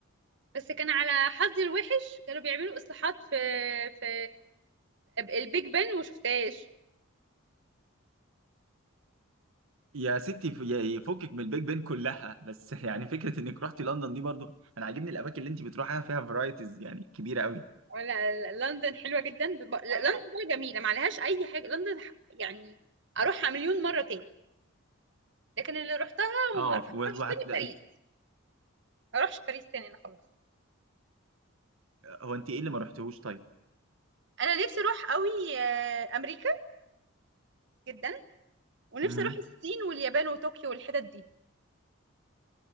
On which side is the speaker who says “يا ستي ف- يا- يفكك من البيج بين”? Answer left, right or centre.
Right